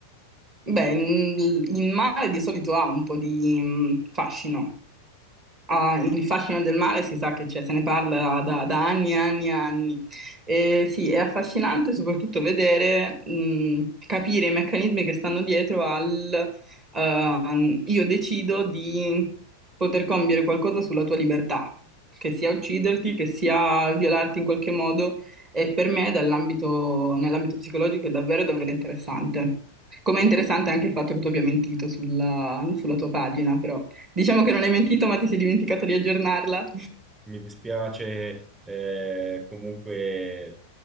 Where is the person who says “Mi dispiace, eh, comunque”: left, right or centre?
Right